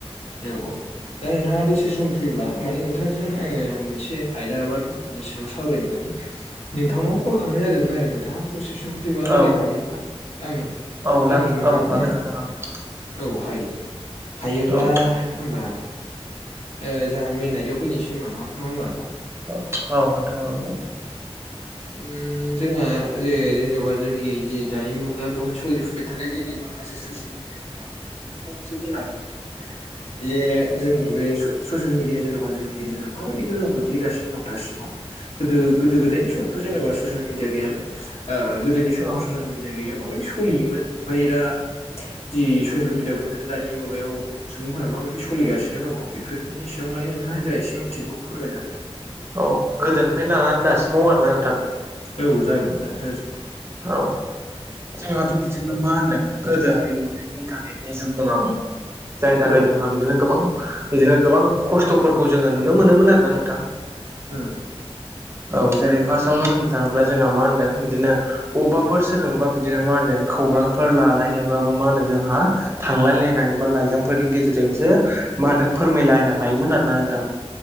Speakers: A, on the left; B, on the right.
A: औ औ दा नोंथाङा दसे सम फ्रिब्ला माने नोंथांजों आङो मोनसे आयदा बा टपिकनि सायाव सावरायनानै नोंथांनाव कल खालामनाय जादोंमोन आरो नोंथाङा दसे सम फ्रिबा रायलायनो
B: औ
A: हायोब्ला आं
B: औ ला
A: आंनि मा
B: औ
A: होनो
B: हागोन नोंथां हागोन
A: औ हायो हायोब्ला
B: औ
A: होमबा ओ जोहा मेइन आयदायाव फैनिसै होनबा नङा नङा होनबा नोंथां।
B: औ नोंथां औ औ।
A: उम जोंहा जे जेन'बा जोंनि जि दानि मुगा बेवहाय सोलिफुबबाय थानाय जोंनि माखासे ससियेल मिडियानि बागै नोंथाङा फंनैसो बुंनो हागोन नामा? जे जोंनि बे स-ससियेल मिडिया जेन'बा जोंनि गेजेराव माबायदि गोहोम खो खोख्लैगासिनो दं दासिमाव गोदो गोदो गोदायनि समावथ' जेन'बा ससियेल मिडिया गैयामोन। ओ गोदोनि समाव
B: औ
A: ससियेल मिडिया गैयियाव माबायदि सलियोमोन ओमफाय दा जि ससियेल मिडियाआव फैनानै दानि मुगायाव सुबुंफोरा माबायदि सलिगासिनो दङ' बेफोरनि सायाव माने नोंथाङा जा एसे मिथिगौ फोरमायना होदो।
B: औ गोदोनिफ्रायनो लानानै दासिमाव आरोना नोंथां।
A: औ जागोन नोंथां जाजोबगोन।
B: औ जोंहाथ' बिदिनो मा होनदों गोदोहाय बिदिनो इन्टारनेटनि जुग नङामोन जायनि थाखाय
A: औ
B: जोंहा बिदिनो गोबां बिदिनो गोबां खस्थ'फोरखौ जोङो नुनो मोनोमोन आरो ना नोंथां
A: उ
B: औ जेरै फार्स्टावनो होननो थाङोब्ला जोंहा मा होनदों बिदिनो बबेबाफोर सोरजोंबा बिदिनो मा होनदों खौरांफोर लालायनोब्लाबो मा होनदों जोंहा थांलायलायनानै बा लाइजामफोरनि गेजेरजोंसो मा होनदों फोरमायलायनो हायोमोन आरोना नोंथां